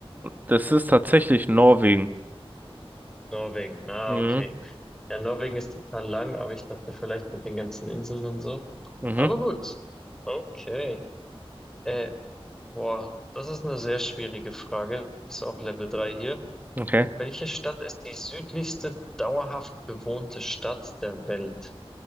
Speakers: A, on the right (about 15°); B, in the centre.
A: Das ist tatsächlich Norwegen.
B: Norwegen. Ah,
A: Mhm.
B: okay. Ja, Norwegen ist total lang, aber ich dachte vielleicht mit den ganzen Inseln und so.
A: Mhm.
B: Aber gut. Okay. Äh, boah, das ist eine sehr schwierige Frage. Ist auch Level 3 hier.
A: Okay.
B: Welche Stadt ist die südlichste dauerhaft bewohnte Stadt der Welt?